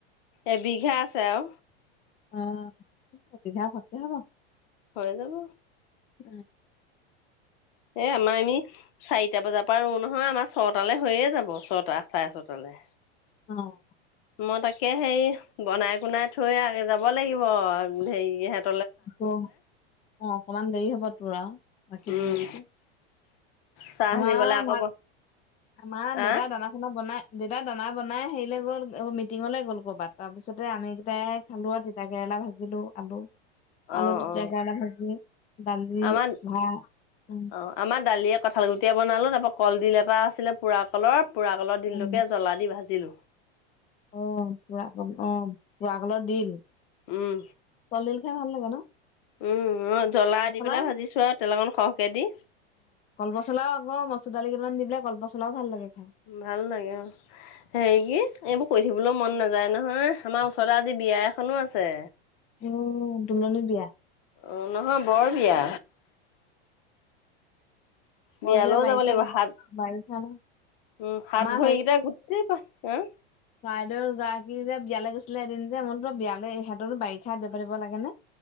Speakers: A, on the left; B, on the left.
A: এবিঘা আছে আও।
B: অ ছবিঘা থাকে হে ন।
A: হৈ যাব।
B: উম।
A: এ আমাৰ নি চাৰিটা বজাত। পাৰোঁ নহয়, আমাৰ ছটালে হৈয়ে যাব, ছটা চাৰে ছয়টালে।
B: অ।
A: মই তাকে হেৰি বনাই কুনাই থৈ যাব লাগিব, হেৰি হেঁত
B: অ অকমান দেৰি হ'ব তোৰ আও, বাকীবোৰত
A: উম
B: কৈ।
A: চাহ
B: আমাৰ
A: নিবলে আকৌ
B: ভাত, আমাৰ দেউতা
A: আহ
B: দানা দেতা দানা বনাই হেৰিলে গ'ল, মিটিঙলে গল কবাত, তাৰপিছতে আমি কেইটাই খালো। তিতা কেৰেলা ভাজিলো আলু।
A: অ
B: আলু, তিতা
A: অ
B: কেৰেলা ভাঁজি, দালি
A: আমাৰ
B: ভাত।
A: অ আমাৰ দালিয়ে কঁঠালগুটিয়ে বনালো, তাপা কলডিল এটা আছিলে, পোৰা কলৰ পোৰা কলৰ ডিলটোকে
B: উম
A: জ্বলা দি ভাজিলো।
B: অ পুৰা কল, অ পুৰা কলৰ ডিল,
A: উম
B: কল ডিল খাই ভাল লাগে ন?
A: উম জ্বলা
B: পচলা
A: দি পেলাই ভাজিছো আৰু তেল অকন সৰহকে দি।
B: কলপচলাও আকৌ মচুৰ দালি কেইটামান দি পেলাই, কলপচলাও ভাল লাগে খায়।
A: ভাল লাগে অ'। হেৰি কি, এইবোৰ কৈ থাকিবলৈও মন নাযায় নহয়, আমাৰ ওচৰতে আজি বিয়া এখনো আছে।
B: উম, তুলনী বিয়া।
A: অ', নহয়, বৰ বিয়া।
B: বৰ
A: বিয়ালৈও
B: বিয়া বাৰিষা
A: যাব লাগিব, হাত
B: বাৰিষা ন
A: উম, হাত
B: আমাৰ
A: ভৰিকেইটা গোটেই পাই হ'?
B: বাইদেউ গৰাকী যে বিয়ালৈ গৈছিলে এদিন যে, মইতো বিয়ালে ইহঁতৰো বাৰিষা পাতিব লাগে নে!